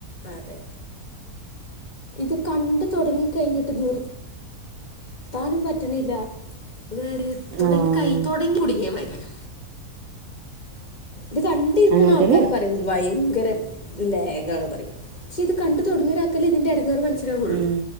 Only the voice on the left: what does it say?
അതെ ഇത് കണ്ട് തുടങ്ങി കഴിഞ്ഞിട്ട് നിർതാൻ എത്താനും പറ്റണില്ല ഇതണ് തുടങ്ങി
കയിജു തുടങ്ങി കുടുങ്ങിയ മാതിരിയാണ് ഇത് കണ്ടിരിക്കുന്ന
ആൾക്കാര്
പറയയും വഴക്ക് ഭയങ്കര ലാഗാണ് പറയും പക്ഷെ ഇത് കണ്ട് തുടങ്ങിയ ഒരാൾക്കല്ലേ ഇതിന്റെ ഇടങ്ങർ മനസ്സിലാവൂ ഇത്രെയേള്ളു